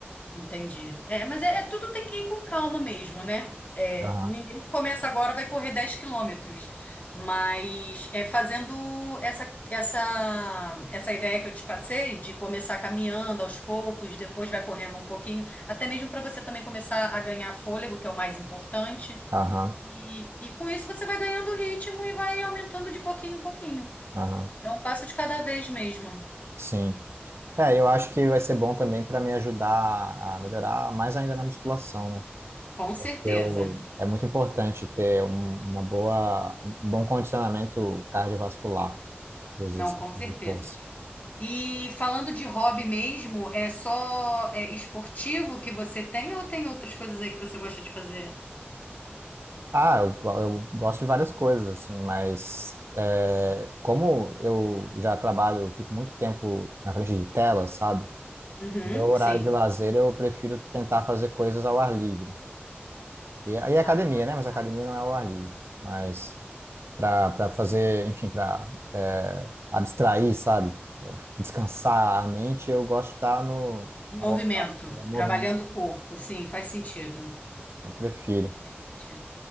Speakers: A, on the left; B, on the right.
A: Entendi. É, mas é, é tudo tem que ir com calma mesmo, né? É,
B: Aham,
A: ninguém que começa agora vai correr 10 quilômetros. Mas é fazendo essa, essa, essa ideia que eu te passei de começar caminhando aos poucos, depois vai correndo um pouquinho, até mesmo para você também começar a ganhar fôlego, que é o mais importante.
B: aham,
A: E, e com isso você vai ganhando ritmo e vai aumentando de pouquinho em pouquinho.
B: aham,
A: É um passo de cada vez mesmo.
B: sim. É, eu acho que vai ser bom também para me ajudar a melhorar mais ainda na musculação, né?
A: Com certeza.
B: Eu, é muito importante ter um, uma boa, um bom condicionamento cardiovascular para os
A: Não,
B: exercícios
A: com certeza.
B: de força.
A: E falando de hobby mesmo, é só é, esportivo que você tem ou tem outras coisas aí que você gosta de fazer?
B: Ah, eu, go- eu gosto de várias coisas, assim, mas é, como eu já trabalho, eu fico muito tempo na frente de tela, sabe?
A: Uhum,
B: No Meu horário
A: sim.
B: de lazer eu prefiro tentar fazer coisas ao ar livre. E aí é
A: Ah,
B: academia, né? Mas academia
A: tá.
B: não é ao ar livre. Mas para para fazer, enfim, para abstrair, sabe? descansar a mente, eu gosto de estar no
A: E
B: ao-
A: movimento,
B: ao- é, movimento.
A: trabalhando o corpo, sim, faz sentido.
B: Eu prefiro.
A: Faz bem sentido.